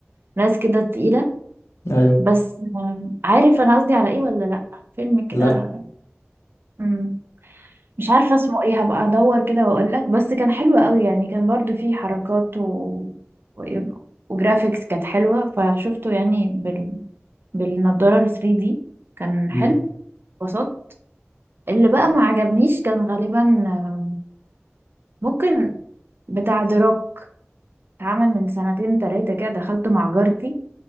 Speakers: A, on the right; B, on the left.
A: ناس كده تقيلة
B: ايوه
A: بس آم، عارف انا قصدي على ايه ولا لا فيلم كده
B: لا
A: مم. مش عارفة اسمه ايه هبقى ادور كده واقول لك بس كان حلو قوي يعني كان برضو فيه حركات و... و... وجرافيكس كانت حلوة فشفته يعني بال... بالنضارة ال 3D كان حلو
B: امم
A: بسط اللي بقى ما عجبنيش كان غالبا آم، ممكن بتاع دروك اتعمل من سنتين تلاتة كده دخلته مع جارتي